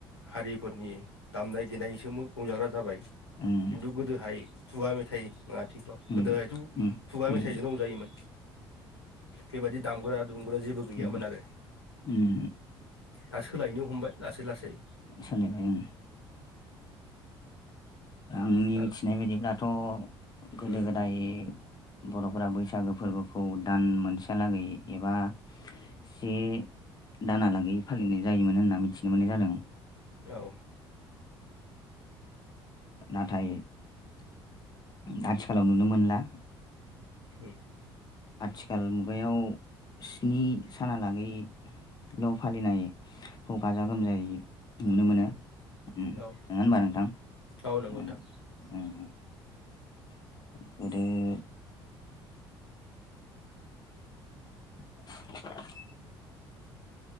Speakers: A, on the left; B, on the left.
A: हारिफोरनि दामनाय देनायसोमबो रंजाग्रा जाबाय
B: ओम
A: खिन्थु गोदोहाय खुगा मेथाइ आथिखालाव
B: उम,
A: गोदोहायथ'
B: उम,
A: खुगा
B: उम,
A: मेथाइजों रंजायोमोन बेबायदि दामग्रा दुमग्रा जेबो गैयामोन
B: उम,
A: आरो।
B: उम।
A: दा सोलायनो हमबाय लासै लासै
B: सोलायबाय उम। आंनि
A: दा
B: मिथिनाय बायदिब्लाथ' गोदो
A: उम
B: गोदाय बर'फोरा बैसागो फोरबोखौ दान मोनसेहालागै एबा से दानालागै फालिनाय जायोमोन होनना मिथिनो मोननाय जादों।
A: औ
B: नाथाय <inaudible> आथिखालाव नुनो मोनला।
A: उम
B: आथिखाल मुगायाव स्नि सानालागै ल' फालिनाय खौ गाजा गोमजायै नुनो मोनो
A: उम
B: ओम नङा
A: औ
B: होनबा नोंथां
A: औ नंगौ
B: ओम
A: नोंथां
B: ओम ओम- <inaudible> <inaudible>